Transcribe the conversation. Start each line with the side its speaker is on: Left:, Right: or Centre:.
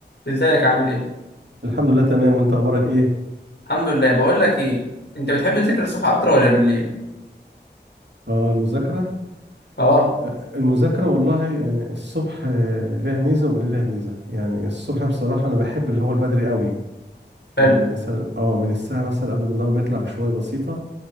Left: ازيك عامل ايه
Right: الحمد لله تمام وانت اخبارك ايه
Left: الحمد لله بقول لك ايه انت بتحب تذاكر الصبح اكتر ولا بالليل
Right: اه المذاكره
Left: اه
Right: لا، المذاكره والله يعني الصبح آه، ليها ميزه وبالليل ليها ميزه يعني الصبح بصراحه انا بحب اللي هو البدري قوي
Left: حلو
Right: يعني مثلا اه من الساعه مثلا قبل ما النهار ما يطلع بشويه بسيطه